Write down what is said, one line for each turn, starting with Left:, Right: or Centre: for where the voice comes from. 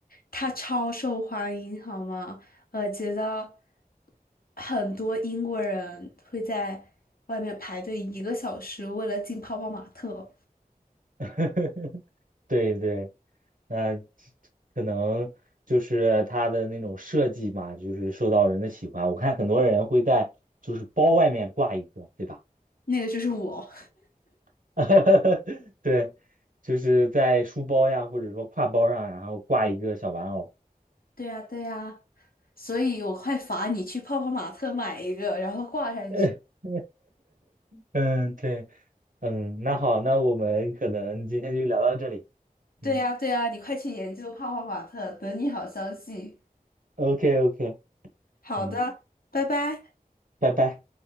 Left: 它超受欢迎，好吗？我觉得很多英国人会在外面排队一个小时，为了进泡泡玛特。
Right: <laughs> 对对，那可能就是它的那种设计嘛，就是受到人的喜欢。我看很多人会在就是包外面挂一个，对吧？
Left: 那个就是我。
Right: <laughs> 哈哈哈，对，就是在书包呀，或者说挎包上，然后挂一个小玩偶。
Left: <laughs> 对呀，对呀，所以我快罚你去泡泡玛特买一个，然后挂上去。
Right: <laughs> 嗯，对，嗯，那好，那我们可能今天就聊到这里。
Left: 对呀，
Right: 嗯
Left: 对呀，你快去研究泡泡玛特，等你好消息。
Right: ，OK OK，
Left: 好的，
Right: 嗯，
Left: 拜拜。
Right: 拜拜。